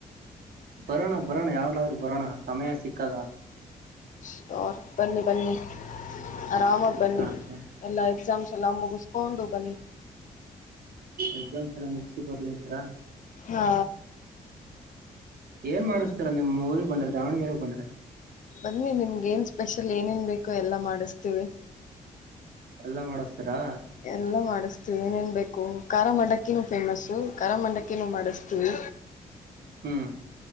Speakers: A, on the right (about 65°); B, on the left (about 50°).
A: ಬರೋಣ ಬರೋಣ ಯಾವ್ಲಾದ್ರೂ ಬರೋಣ ಸಮಯ ಸಿಕ್ಕಾಗ
B: ಸರ್ ಬನ್ನಿ ಬನ್ನಿ ಆರಾಮಾಗಿ ಬನ್ನಿ
A: ಹಾ ಹಾ
B: ಎಲ್ಲ ಎಕ್ಸಾಮ್ಸ್ ಎಲ್ಲ ಮುಗಿಸ್ಕೊಂಡು ಬನ್ನಿ
A: ಎಕ್ಸಾಮ್ಸ್ ಎಲ್ಲ ಮುಗಸಿ ಬರ್ಲಿಂತರ
B: ಹಾ
A: ಏನ್ ಮಾಡಿಸಸ್ತೀರ
B: ಹ್ಮ್
A: ನಿಮ್ ಊರಿಗೆ ಬಂದ್ರ ದಾವಣಗೆರೆಗೆ ಬಂದ್ರ
B: ಬನ್ನಿ ನಿಮ್ಗ ಏನ್ ಸ್ಪೆಷಲ್ ಏನೇನ್ ಬೇಕೋ ಎಲ್ಲಾ ಮಾಡಿಸತೀವಿ
A: ಎಲ್ಲಾ ಮಾಡಿಸ್ತೀರಾ
B: ಎಲ್ಲ ಮಾಡಿಸತ ಏನೇನ್ ಬೇಕು ಖಾರ ಮಂಡಕ್ಕಿನೂ ಫೇಮಸ್ ಖಾರ ಮಂಡಕ್ಕಿನೂ ಮಾಡಿಸ್ತೀವಿ
A: ಹ್ಮ್